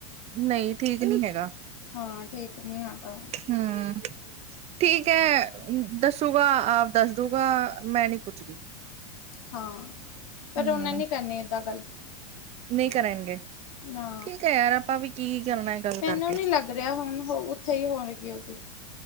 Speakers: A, on the right; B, on the left.
A: ਨਹੀਂ ਠੀਕ ਨੀ ਹੈਗਾ।
B: ਹਾਂ। ਠੀਕ ਨਹੀਂ ਹੈ ਗਾ।
A: ਹਮ। ਠੀਕ ਹੈ ਦੱਸੂਗਾ ਆਪ ਦੱਸ ਦੂਗਾ ਮੈਂ ਨਹੀਂ ਪੁੱਛਦੀ।
B: ਹਾਂ ਪਰ
A: ਹੂੰ
B: ਉਹਨੇ ਨੀ ਕਰਨੀ ਏਦਾਂ ਗੱਲ।
A: ਨਹੀਂ ਕਰਨਗੇ
B: ਨਾ
A: ਠੀਕ ਹੈ ਯਾਰ ਆਪਾਂ ਵੀ ਕੀ ਕਰਨਾ। ਗੱਲ
B: ਮੈਨੂੰ
A: ਕਰਕੇ
B: ਨੀ ਲੱਗ ਰਿਹਾ ਹੁਣ ਉੱਥੇ ਹੀ ਹੋਣਗੇ ਉਹਦੀ।